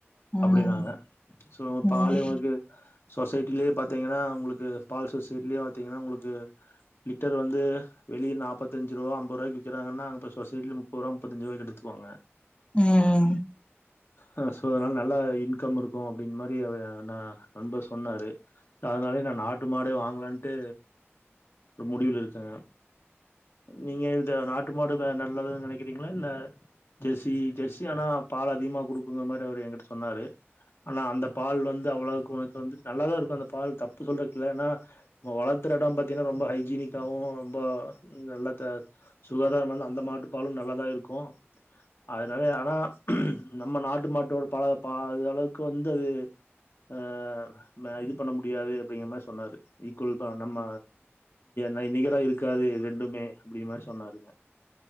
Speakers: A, on the left; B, on the left.
A: ம்
B: அப்டினாங்க சோ
A: ம்
B: பாலே உனக்கு சொசைட்டிலேயே பாத்தீங்கன்னா உங்களுக்கு பால் சொசைடிலேயே பாத்தீங்கன்னா உங்களுக்கு லிட்டர் வந்து வெளியே நாப்பத்தஞ்சு ரூவா அம்பது ரூவாய்கு விக்கிறாங்கன்னா அங்கப்பொ சொசைடில முப்பரூவா முப்பதஞ்சு ரூவாய்கு எடுத்துகு வாங்க
A: உம்
B: ஹாஸ் சோ அதனால நல்லா இன்கம் இருக்கு அப்டின் மாரி அவ நா நண்பர் சொன்னாரு ஸோ அதனாலய நா நாட்டு மாடே வாங்கலான்ட்டு ஒரு முடிவில இருக்கே நீங்க இந்த நாட்டு மாடு வே நல்லதுன்னு நெனைக்கிறீங்களா இல்ல ஜெர்சி ஜெர்சி ஆனா பால் அதிகமாக குடுக்குங்கிற மாரி வந்தவரு என்கிட்ட சொன்னாரு ஆனா அந்த பால் வந்து அவ்வளவுக்கு உனக்கு வந்துட்டு நல்லாதா இருக்கு அந்த பால் தப்பு சொல்றகில்ல ஏன்னா நம்ம வளத்துற இடம் பாத்தீன்னா ரொம்ப ஹைஜீனிக்காவு ரொம்ப நல்லத்த சுகாதாரமான அந்த மாட்டு பாலு நல்லாதா இருக்கு அதனால ஆனா நம்ம நாட்டு மாட்டு ஒரு பா பாதி அளவுக்கு வந்து அது அ நா இது பண்ண முடியாது அப்பிடிங்கற மாரி சொன்னாரு. ஈக்குவல் பா நம்ம நி-நிகரா இருக்காது ரெண்டுமே அப்பிடிங்கற மாரி சொன்னாரு.